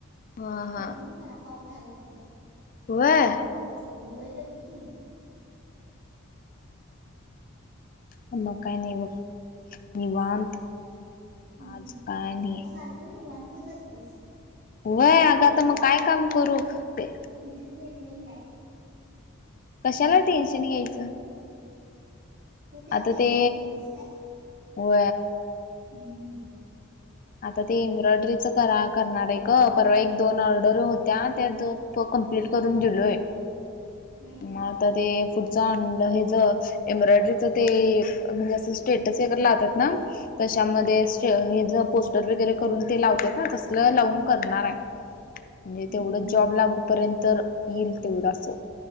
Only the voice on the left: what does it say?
हा हा
व्हय
मग काय नाय बघ मग निवांत. आज
काय नाही
वय अग आता मग काय काम करू ते.
कशाला टेन्शन घ्यायचं.
आता
ते
व
आता ते एम्ब्रॉयडरीचं करा करणार आहे ग परवा एक दोन ऑर्डर होत्या त्या द तो कम्प्लीट करून दिलोय.
म आता ते पुढचं अंड हेच एम्ब्रॉयडरीच. म्हणजे स्टेटात ना त्या. <unintelligible> वगैरे करून ते लावतात ना तस लावून
करणाराय. म्हणजे
तेवढं जॉब लागूपर्यंत येईल तेवढं असं.